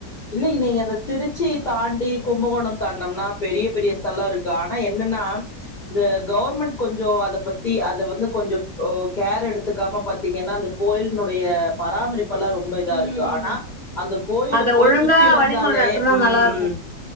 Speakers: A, on the left; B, on the right.
A: இல்லலைங்க நீங்க அந்த திருச்சி தாண்டி கும்பகோணம் தாண்டொம்னா பெரிய பெரிய ஸ்தலா இருக்கு ஆனா என்னன்னா இந்த கவர்மெண்ட் கொஞ்சோ அத பத்தி அத வந்து கொஞ்சோ கேர் எடுத்துக்காம பாத்தீங்கன்னா அந்த கோயிலினுடைய பராமரிப்பு ப்பல்லா ரொம்ப இதா
B: ம்
A: இருக்கு ஆனா அந்த கோயிலப்
B: அத
A: போய்
B: ஒழுங்கா
A: சுத்தி வந்தாலே
B: வழிமுறை நடத்துனா
A: உம்
B: நல்லா இருக்கு